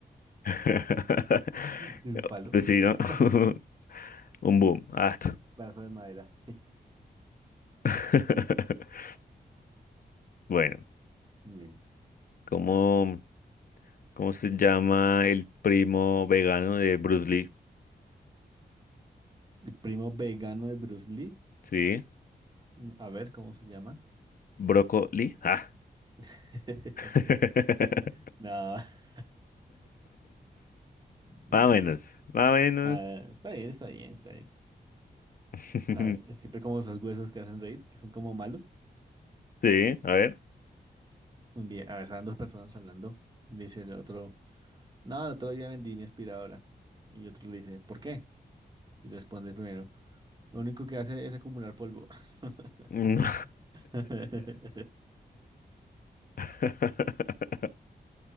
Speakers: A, on the left; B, on the right.
A: <laughs>
B: Es un palo.
A: Pues sí, ¿no? <laughs>
B: <laughs>
A: Un boom. Ah.
B: Brazo de madera.
A: <laughs> Bueno,
B: <laughs> Muy bien.
A: ¿cómo, cómo se llama el primo vegano de Bruce Lee?
B: El primo vegano de Bruce Lee.
A: ¿Sí?
B: Mm, A ver cómo se llama.
A: ¿Brócoli? Ah.
B: <laughs>
A: <laughs>
B: No. <laughs> No,
A: Más o menos, más o menos.
B: nada, está bien, está bien, está bien.
A: <laughs>
B: A ver, siempre como esos huesos que hacen reír, que son como malos.
A: Sí, a ver.
B: Un día, a ver, estaban dos personas hablando. Y le dice el otro, no, el otro día vendí mi aspiradora. Y otro le dice, ¿por qué? Y responde el primero. Lo único que hace es acumular polvo. <laughs>
A: No. <laughs>